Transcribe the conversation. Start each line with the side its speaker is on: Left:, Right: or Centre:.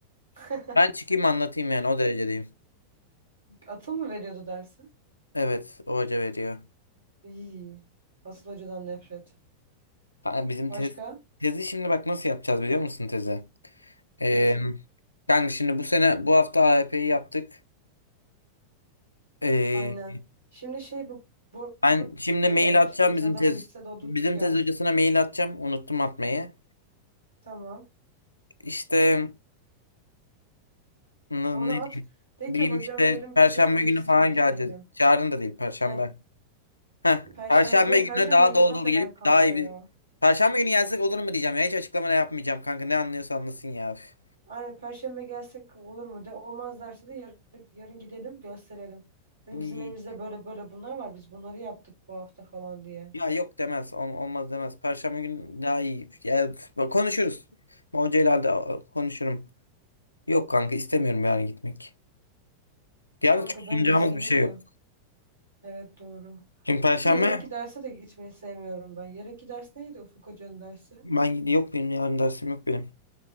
Right: <laughs>
Left: Ben çıkayım anlatayım yani o derecedeyim.
Right: Atıl mı veriyordu dersi?
Left: Evet o hoca veriyor.
Right: İyi. Asıl hocadan nefret.
Left: Kanka bizim
Right: Başka?
Left: tez, tezi şimdi bak nasıl yapacağız biliyor musun tezi? Ee,
Right: Nasıl?
Left: kanka şimdi bu sene bu hafta AYP'yi yaptık. Ee,
Right: Aynen. Şimdi şey bu bu
Left: ben şimdi
Right: eee,
Left: mail atacağım
Right: şimdi biz
Left: bizim
Right: adamı
Left: tez
Right: liste doldurduk
Left: bizim
Right: ya.
Left: tez hocasına mail atacağım unuttum atmayı.
Right: Tamam.
Left: İşte Ne
Right: Ona
Left: ne diyeyim?
Right: at. De
Left: Diyeyim
Right: ki hocam
Left: işte
Right: yarın
Left: Perşembe
Right: biz gelmek
Left: günü
Right: istiyoruz
Left: falan geleceğiz.
Right: diyelim.
Left: Yarın da değil Perşembe.
Right: Ha,
Left: Heh,
Right: Perşembe
Left: Perşembe
Right: ama Perşembe
Left: gününe daha
Right: yine
Left: dolu
Right: laf
Left: dolu
Right: eder
Left: gelip
Right: kanka
Left: daha iyi
Right: ya.
Left: bir... Perşembe günü gelsek olur mu diyeceğim ya. Hiç açıklama da yapmayacağım kanka. Ne anlıyorsa anlasın ya. Üf.
Right: Aynen Perşembe gelsek olur mu? De olmaz derse de yarın, yarın gidelim gösterelim. Hani
Left: Ni-
Right: bizim elimizde böyle böyle bunlar var. Biz bunları yaptık bu hafta falan diye.
Left: Ya yok demez. Ol- olmaz demez. Perşembe günü daha iyi. Ya, üf, bak konuşuruz. Ben hocayla da konuşurum. Yok kanka istemiyorum yani gitmek. Yalnız
Right: Kanka
Left: çok sunacağımız
Right: ben de istemiyorum
Left: bir şey yok.
Right: da. Evet doğru.
Left: Şimdi Perşembe
Right: Bir de yarınki derse de gitmeyi sevmiyorum ben. Yarınki ders neydi Ufuk Hoca'nın dersi?
Left: ben gidi yok benim yarın dersim yok benim.